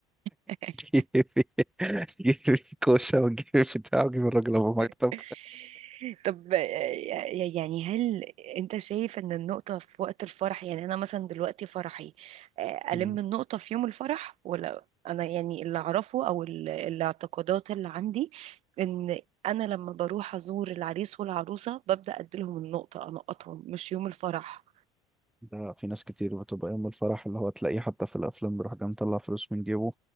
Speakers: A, on the right; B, in the centre.
A: <laughs>
B: جيبي جيبي كوشة وجيبي بتاع وجيبي الراجل أبو مكتب
A: <laughs> طب ي- يعني هل انت شايف ان النقطة في وقت الفرح يعني انا مثلا دلوقتي فرحي آه، الم
B: مم.
A: النقطة في يوم الفرح ولا انا يعني اللي اعرفه او ال- الاعتقادات اللي عندي ان انا لما بروح ازور العريس والعروسة ببدأ اديلهم النقطة انقطهم مش يوم الفرح
B: ده في ناس كتير بتبقى يوم الفرح اللي هو تلاقيه حتى في الأفلام بيروح جاي مطلع فلوس من جيبه